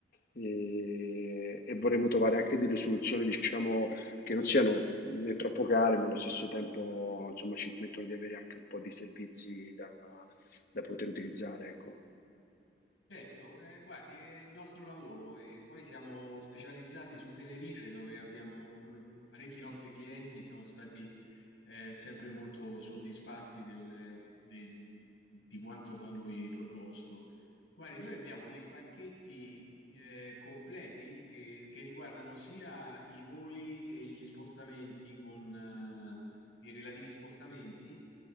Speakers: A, on the left (about 55°); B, on the left (about 85°).
A: e, e vorremmo trovare anche delle soluzioni, diciamo, che non siano né troppo care, ma allo stesso tempo, insomma, ci permettono di avere anche un po' di servizi da, da poter utilizzare, ecco.
B: Certo, ehm, guardi è il nostro lavoro e poi siamo specializzati su Tenerife dove abbiamo dove parecchi nostri clienti siamo stati, ehm, sempre molto soddisfatti del del di quanto da noi proposto. Guardi, noi abbiamo dei pacchetti, ehm, completi che che riguardano sia i voli e gli spostamenti con eh, i relativi spostamenti